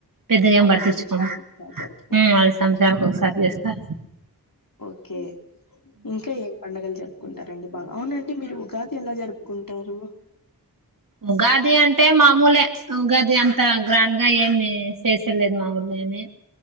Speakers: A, on the right (about 55°); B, on the left (about 60°).
A: పెద్దగా ఏం
B: ఐదు
A: పట్టించుకోము
B: సంవత్సరాలకు ఒకసారి జరుపుకుంటారు
A: ఊ మళ్ళీ సంవత్సారానికి ఒకసారి చేస్తారు
B: ఓకే ఇంకా ఏండగలు జరుగు రుకుంటారండి బాగా అవునండి మీరు ఉగాది ఎలా జరుపుకుంటారు
A: ఉగాది అంటే మామూలే ఉగాది అంత గ్రాండ్ గా ఏమి చేస్ చేసలేదు మాముూలుని